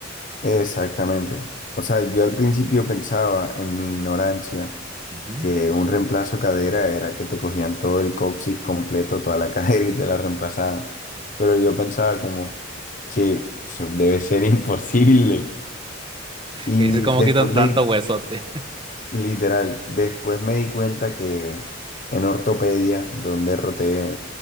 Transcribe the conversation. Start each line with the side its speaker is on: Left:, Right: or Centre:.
Left: Exactamente. O sea, yo al principio pensaba en mi ignorancia
Right: Ujú.
Left: que un reemplazo de cadera era que te cogían todo el coxis completo, toda la <laughs> cadera y te la reemplazaban. Pero yo pensaba como, che, eso debe ser imposible. Y
Right: Que dices, ¿cómo
Left: después
Right: quitan tanto
Left: me,
Right: huesote?
Left: Literal, después me di cuenta que en ortopedia, donde roté